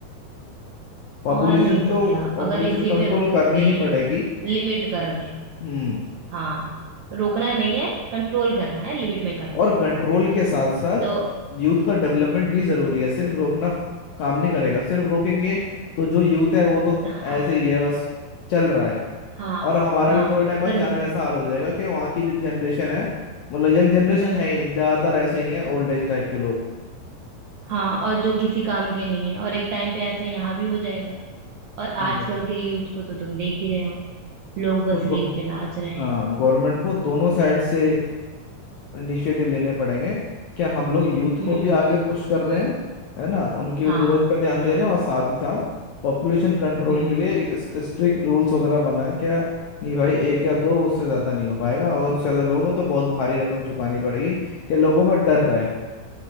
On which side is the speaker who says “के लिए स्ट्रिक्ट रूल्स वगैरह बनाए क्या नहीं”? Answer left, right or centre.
Left